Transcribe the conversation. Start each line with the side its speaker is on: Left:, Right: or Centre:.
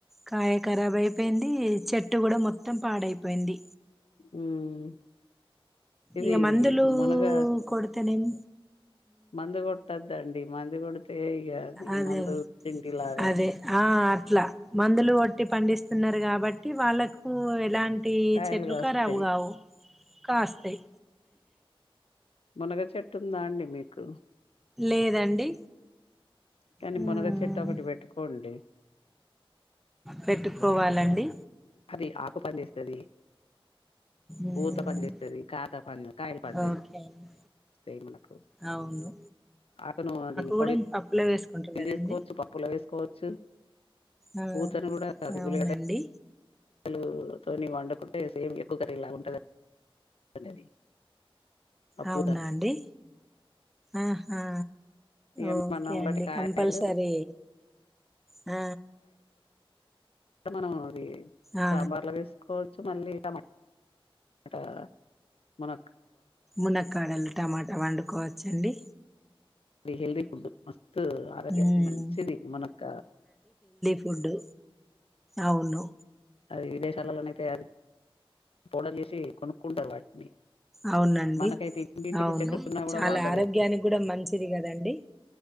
Centre: కాయ ఖరాబ్ అయిపోయింది చెట్టు కూడా మొత్తం పాడైపోయింది.
Left: ఉమ్ ఇది
Centre: ఇక మందులు
Left: మునగ
Centre: కొడతేనేమో.
Left: మందు కొట్టద్దండి మందు కొడితే ఇక అది
Centre: అదే
Left: మందు తిండిలాగా
Centre: అదే ఆ ఇట్లా మందులు కొట్టి పండిస్తున్నారు కాబట్టి వాళ్ళకు ఇలాంటి
Left: కాయలు
Centre: చెట్లు
Left: కాస్తాయి
Centre: ఖరాబు కావు కాస్తాయి
Left: మునగ చెట్టుందా అండి మీకు
Centre: లేదండి
Left: కానీ
Centre: ఉమ్
Left: మునగ చెట్టు ఒకటి పెట్టుకోండి
Centre: పెట్టుకోవాలండి
Left: అది ఆకు పండిస్తది
Centre: ఉమ్
Left: పూత పని చెత్తది కాత పని కాయలు పని చేస్
Centre: ఓకే అండి
Left: స్తాయి మనకు
Centre: అవును
Left: ఆకు ను నువ్వు అది
Centre: కూడా
Left: పొడి
Centre: పప్పులో వేసుకుంటారు
Left: ట్నీ
Centre: కదండి
Left: చేసుకోవచ్చు పప్పుల వే వేసుకోవచ్చు
Centre: ఆ
Left: పూతను కూడా అది
Centre: అవునండి
Left: ఉల్లిగడ్డ పలుతోని వడుకుంటే సేమ్ ఎగ్గు కర్రీ లాగా ఉంటది అండి అది ఆ
Centre: అవునా
Left: పూత
Centre: అండి ఆహా
Left: ఇగ
Centre: ఓకే
Left: మనం
Centre: అండి
Left: వాటి కాయలు
Centre: కంపల్సరీ ఆ
Left: టె మనము అది
Centre: ఆ
Left: సాంబార్ల వేసుకో చు మల్ళీ టమా ఆట మన
Centre: మునక్కాడలు టమాటా వండుకోవచ్చండి
Left: ఇది హెల్తీ ఫుడ్ త్ ఆరోగ్యానికి
Centre: ఉమ్
Left: మంచిది మనక
Centre: ఫుడ్డు అవును
Left: అది విదేశాలలోన అయితే అది పొడర్లు ఏసీ కొనుక్కుంటారు వాటిని
Centre: అవునండి
Left: మనకైతే ఇంటింటికి
Centre: అవును
Left: చెట్టు ఉన్నా కూడా
Centre: చాలా
Left: వాడతలేరు
Centre: ఆరోగ్యానికి కూడా మంచిది కదండి